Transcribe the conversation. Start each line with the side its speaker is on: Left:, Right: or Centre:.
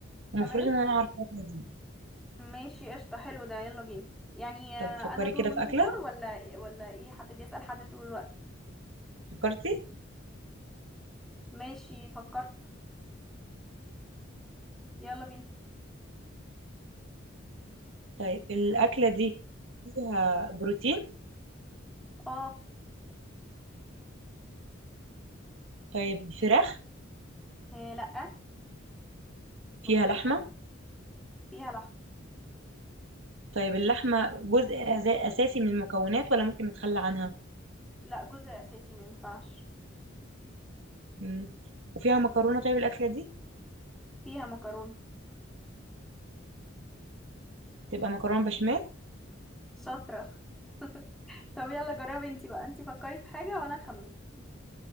Right: ومفروض
Centre: تمام
Right: إن أنا أعرف الأكلة دي
Centre: ماشي قشطه حلو ده يلا بينا يعني آه،
Right: طب فكري
Centre: انا دور
Right: كده
Centre: وانتي
Right: في أكلة
Centre: دور ولا إيه- ولا ايه حد بيسأل حد طول الوقت
Right: فكرتي
Centre: ماشي فكرت يلا بينا
Right: طيب الأكلة دي فيها بروتين
Centre: اه
Right: طيب فراخ
Centre: إيه لا بروتين
Right: فيها لحمة
Centre: تاني. فيها لحمه
Right: طيب اللحمة جزء أز- أساسي من المكونات ولا ممكن نتخلى عنها
Centre: لا جزء اساسي ما ينفعش
Right: مم. وفيها مكرونة طيب الأكلة دي
Centre: فيها مكرونه
Right: تبقى مكرونة بشاميل
Centre: شاطره <laughs> طب يلا جربي انتي بقى انتي فكري في حاجه وانا اخمن